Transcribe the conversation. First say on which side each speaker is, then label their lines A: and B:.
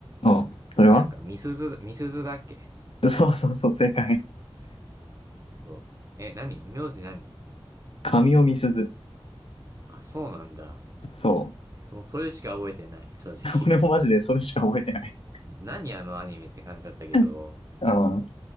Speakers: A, on the left; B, on the right.
A: おう、それは
B: え、なんか、みすず、みすずだっけ
A: <laughs> そうそうそう、正解。
B: そう。え、何名字何
A: 神尾みすず。
B: あ、そうなんだ。
A: そう。
B: えそう、それしか覚えてない、正直。
A: 俺もマジでそれしか覚えてない。
B: 何あのアニメって感じだったけど。
A: うんあ